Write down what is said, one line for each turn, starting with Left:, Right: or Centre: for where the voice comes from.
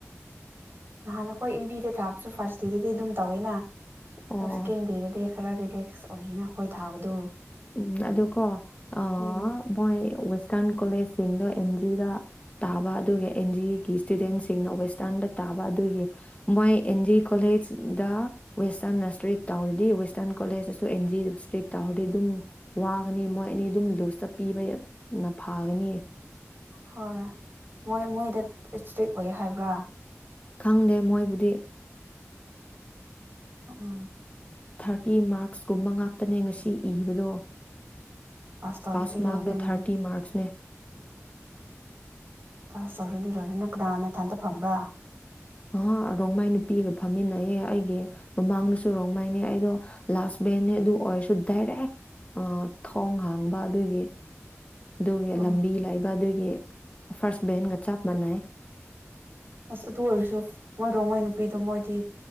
Right: ꯅꯍꯥꯟ ꯑꯩꯈꯣꯏ ꯏꯝꯕꯤꯗ ꯊꯥꯕꯁꯨ ꯐꯥꯔꯁ ꯗꯦꯗꯗꯤ ꯑꯗꯨꯝ ꯇꯧꯋꯦꯅ
Left: ꯑꯣ
Right: ꯗꯣ ꯁꯦꯀꯦꯟꯗꯦꯗꯗꯤ ꯈꯔ ꯔꯤꯂꯦꯛꯁ ꯑꯣꯏꯌꯦꯅ ꯑꯩꯈꯣꯏ ꯊꯥꯕꯗꯨ
Left: ꯎꯝ ꯑꯗꯣ ꯀꯣ ꯑꯥ
Right: ꯎꯝ
Left: ꯃꯣꯏ ꯋꯦꯁꯇꯔꯟ ꯀꯣꯂꯦꯖ ꯁꯤꯡꯗꯣ ꯑꯦꯟ ꯖꯤꯗ ꯇꯥꯕ ꯑꯗꯨꯒ ꯑꯦꯟ ꯖꯤꯒꯤ ꯁꯇꯨꯗꯦꯟꯁꯤꯡꯅ ꯋꯦꯁꯇꯔꯟꯗ ꯇꯥꯕ ꯑꯗꯨꯒꯤ ꯃꯣꯏ ꯑꯦꯟ ꯖꯤ ꯀꯣꯂꯦꯖꯗ ꯋꯦꯁꯇꯔꯟꯅ ꯁꯇ꯭ꯔꯤꯛ ꯇꯧꯔꯗꯤ ꯋꯦꯁꯇꯔꯟ ꯀꯣꯂꯦꯖꯇꯁꯨ ꯑꯦꯟ ꯖꯤ ꯁꯇ꯭ꯔꯤꯛ ꯇꯧꯔꯗꯤ ꯑꯗꯨꯝ ꯋꯥꯒꯅꯤ ꯃꯣꯏ ꯑꯅꯤ ꯑꯗꯨꯝ ꯂꯨꯁꯇ ꯄꯤꯕꯩ ꯐꯒꯅꯤ
Right: ꯍꯣꯏ ꯃꯣꯏ ꯃꯣꯏꯗ ꯏꯁꯇ꯭ꯔꯤꯛ ꯑꯣꯏ ꯍꯥꯏꯕ꯭ꯔꯥ
Left: ꯈꯪꯗꯦ ꯃꯣꯏꯕꯨꯗꯤ
Right: ꯎꯝ
Left: ꯊꯥꯔꯇꯤ ꯃꯥꯔꯛꯁ ꯀꯨꯝꯕ ꯉꯥꯛꯇꯅꯦ ꯉꯥꯁꯤ ꯏꯕꯗꯣ
Right: ꯇꯧꯔꯗꯤ
Left: ꯄꯥꯁ ꯃꯥꯔꯛꯗꯣ
Right: ꯂꯣꯏꯔꯦ ꯅꯪ
Left: ꯊꯥꯔꯇꯤ ꯃꯥꯔꯛꯁꯅꯦ
Right: ꯄꯥꯁ ꯇꯧꯔꯗꯤ ꯂꯣꯏꯔꯦ ꯅꯪ ꯀꯅꯥꯒ ꯅꯊꯟꯗ ꯐꯝꯕ꯭ꯔꯥ
Left: ꯑꯍꯥ ꯔꯣꯡꯃꯥꯏ ꯅꯨꯄꯤꯒ ꯐꯝꯃꯤꯟꯅꯩꯌꯦ ꯑꯩꯒꯤ ꯃꯃꯥꯡꯅꯁꯨ ꯔꯣꯡꯃꯩꯅꯦ ꯑꯩꯗꯣ ꯂꯥꯁ ꯚꯦꯟꯅꯦ ꯑꯗꯨ ꯑꯣꯏꯔꯁꯨ ꯗꯥꯏꯔꯦꯛ ꯊꯣꯡ ꯍꯥꯡꯕ ꯑꯗꯨꯒꯤ ꯑꯗꯨꯒꯤ
Right: ꯑꯣ
Left: ꯂꯝꯕꯤ ꯂꯩꯕ ꯑꯗꯨꯒꯤ ꯐꯥꯔꯁ ꯕꯦꯟꯒ ꯆꯞ ꯃꯥꯟꯅꯩ
Right: ꯑꯁ ꯑꯗꯨ ꯑꯣꯏꯔꯁꯨ ꯃꯣꯏ ꯔꯣꯡꯃꯩ ꯅꯨꯄꯤꯗꯣ ꯃꯣꯏꯗꯤ